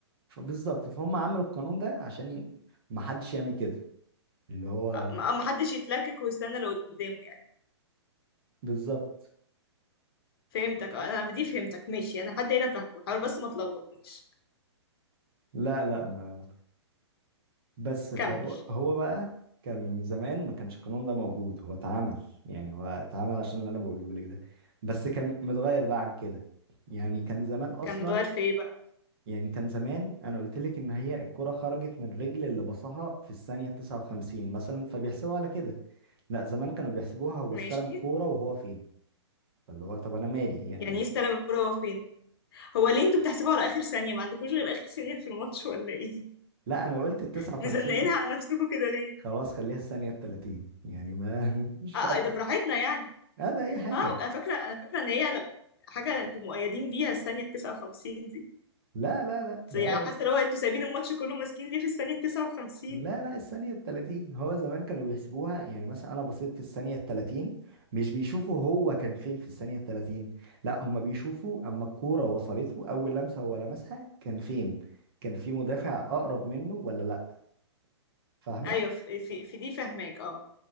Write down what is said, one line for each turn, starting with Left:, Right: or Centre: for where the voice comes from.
Right: فبالظبط فهم عملوا القانون ده عشان ي- ما حدش يعمل كده اللي هو
Left: آه، ما ما حدش يتلكك ويستنى اللي قدامه يعني
Right: بالظبط
Left: فهمتك آه، انا دي فهمتك ماشي انا لحد هنا فاهمه حاول بس ما تلخبطنيش
Right: لا لا ما بس فهو
Left: كمل
Right: هو بقى كان زمان ما كانش القانون ده موجود هو اتعمل يعني هو اتعمل عشان اللي انا بقوله لك ده بس كان متغير بقى عن كده يعني كان زمان اصلا
Left: كان متغير في ايه بقى
Right: يعني كان زمان انا قلت لك ان هي الكرة خرجت من الرجل اللي بصها في الثانية 59 مثلا فبيحسبوا على كده لا زمان كانوا بيحسبوها هو
Left: ماشي
Right: استلم الكورة وهو فين فاللي هو طب انا مالي يعني
Left: يعني يستلم الكرة هو فين هو ليه انتوا بتحسبوها على اخر ثانية ما عندكوش غير اخر ثانية في الماتش ولا ايه
Right: لا انا قلت ال 59
Left: <laughs> مزنقينها على نفسكم كده ليه
Right: خلاص خليها الثانية 30 يعني ما <laughs> مش
Left: اه
Right: فارقة
Left: آه، إيه ده براحتنا يعني
Right: هذا اي حاجة
Left: اه أوك- انا فاكرة انا فاكرة ان هي لما حاجة انتوا مؤيدين بيها الثانية 59
Right: لا لا لا ده
Left: يعني
Right: هو
Left: حاسه اللي هو انتوا سايبين الماتش كله ماسكين ليه في الثانيه 59
Right: لا لا الثانية التلاتين هو زمان كانوا بيحسبوها يعني مثلا أنا بصيت في الثانية التلاتين مش بيشوفوا هو كان فين في الثانية التلاتين لا هما بيشوفوا أما الكورة وصلته أول لمسة هو لمسها كان فين كان في مدافع أقرب منه ولا لا فاهمة
Left: ايوه في, في, في دي فاهماك اه